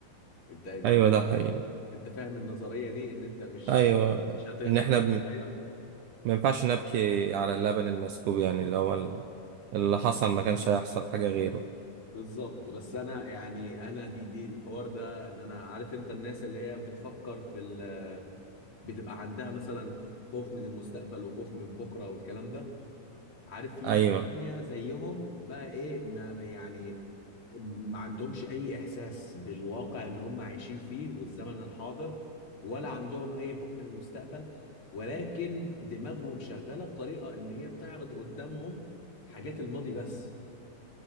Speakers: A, on the left; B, on the right.
A: انت انت
B: ايوه ده حقيقي
A: انت فاهم النظريه دي ان انت مش
B: ايوه
A: مش هتقدر
B: ان احنا بن-
A: ايوه
B: ما ينفعش نبكي على اللبن المسكوب يعني اللي هو ال- اللي حصل ما كانش هيحصل حاجة غيره
A: بالظبط بس انا يعني انا دي دي الحوار ده ان انا عارف انت الناس اللي هي بتفكر في ال بتبقى عندها مثلا خوف من المستقبل وخوف من بكره والكلام ده عارف في
B: ايوه
A: ناس تانية زيهم بقى ايه ما ما- يعني ما عندهمش اي احساس بالواقع اللي هم عايشين فيه والزمن الحاضر ولا عندهم اي خوف من المستقبل ولكن دماغهم شغالة بطريقة ان هي بتعرض قدامهم حاجات الماضي بس